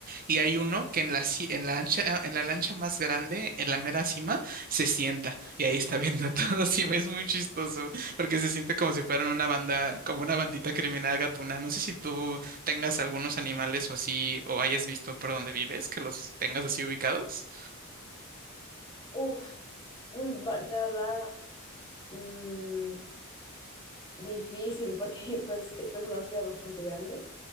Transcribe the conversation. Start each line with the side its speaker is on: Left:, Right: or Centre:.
Right: y hay uno que en la, ci- en la ancha- en la lancha más grande, en la mera cima, se sienta y ahí está viendo <laughs> todo. Sí, es muy chistoso porque se siente como si fueran una banda, como una bandita criminal gatuna. No sé si tú tengas algunos animales o así, o hayas visto por donde vives, que los tengas así ubicados.
Left: Uf, uy, va- la verdad, mm, difícil porque <laughs> pues esta es una ciudad bastante grande.